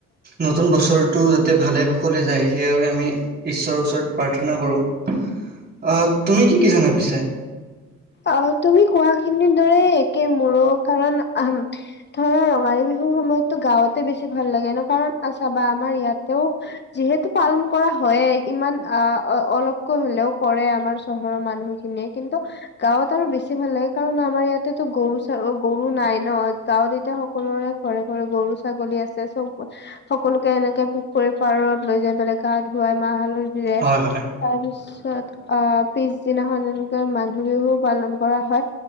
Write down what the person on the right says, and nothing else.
নতুন বছৰটো যাতে ভালে কুশলে যায় সেইবাবে আমি ঈশ্বৰৰ ওচৰত প্ৰাৰ্থনা কৰো। আহ তুমি কি কি জানা পিছে?
হয়, হয়,